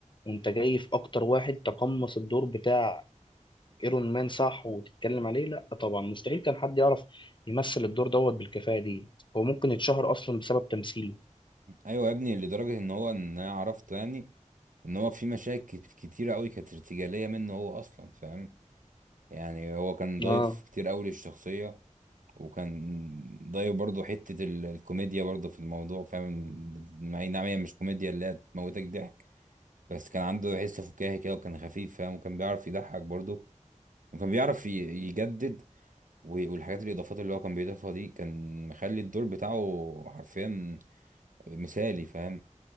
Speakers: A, on the left; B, on the right.
A: وانت جاي في اكتر واحد تقمص الدور بتاع ايرون مان صح وتتكلم عليه لا طبعا مستحيل كان حد يعرف يمثل الدور دوت بالكفاءة دي هو ممكن يتشهر اصلا بسبب تمثيله
B: ايوه يا ابني لدرجة ان هو ان انا عرفت يعني ان هو في مشاكل كت- كتيرة قوي كانت ارتجالية منه هو اصلا فاهم يعني هو كان ضايف
A: اه
B: كتير قوي للشخصية وكان ضايف برضه حتة ال- الكوميديا برضه في الموضوع فاهم اي نعم هي مش كوميديا اللي هي تموتك ضحك بس كان عنده حس فكاهي كده وكان خفيف فاهم وكان بيعرف يضحك برضه وكان بيعرف ي- يجدد و- والحاجات الاضافات اللي هو كان بيضيفها دي كان مخلي الدور بتاعه حرفيا مثالي فاهم